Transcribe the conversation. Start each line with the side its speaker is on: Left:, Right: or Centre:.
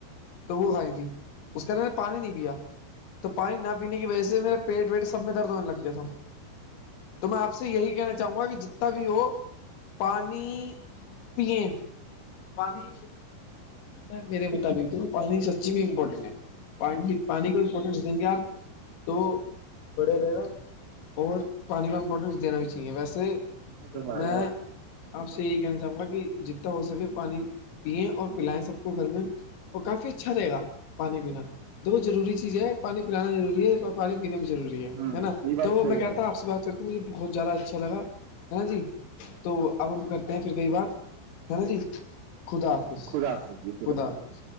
Left: تو وہ کھائی تھی اس کا ان نے پانی نہیں پیا تو پانی نہ پینے کی وجہ سے میرا پیٹ ویٹ سب میں درد ہونے لگ گیا تھا تو میں آپ سے یہی کہنا چاہوں گا کہ جتنا بھی ہو پانی پیے پانی میرے مطابق دیکھو پانی سچی میں امپورٹنٹ ہے پ پانی کا امپورٹنس دیں گے آپ تو بڑھیا رہے گا اور پانی کا امپورٹینس دینا بھی چاہیے ویسے
Right: ہمارے
Left: میں
Right: ہ
Left: آپ سے یہی کہنا چاہوں گا کہ جتنا ہو سکے پانی پئیں اور پلائیں سب کو گھر میں اور کافی اچھا رہے گا پانی پینا دو ضروری چیز ہے پانی پلانا ضروری ہے اور پانی پینا بھی ضوری
Right: یہ
Left: ہے نا
Right: بات
Left: تو
Right: صحیح
Left: میں
Right: کہہ
Left: کہتا
Right: رہے ہیں
Left: ہ آ سے بات کر کے مجھے بہت زیادہ اچھا لگا ہے نا جی تو اب ہم کرتے ہیں پھر کئی بات ہے نا جی خدا حافظ
Right: خدا
Left: حا
Right: حافظ جی
Left: خدا حافظ